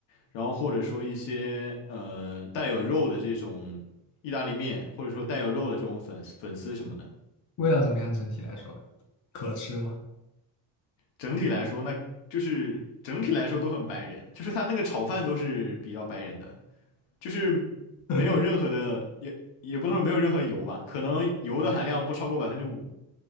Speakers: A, on the left; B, on the left.
A: 然后或者说一些呃带有肉的这种意大利面，或者说带有肉的这种粉丝粉丝什么的。
B: 味道怎么样？整体来说，可吃吗？
A: 整体来说，那就是整体来说都很白人，就是他那个炒饭都是比较白人的，就是没有任何的，
B: <laughs>
A: 也也不能说没有任何油吧，可能油的含量不超过百分之五。